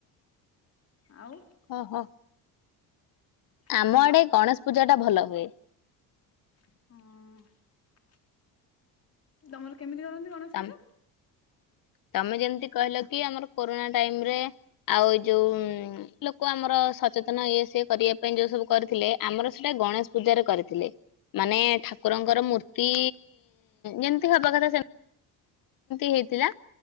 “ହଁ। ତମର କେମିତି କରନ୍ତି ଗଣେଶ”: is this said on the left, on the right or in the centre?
Left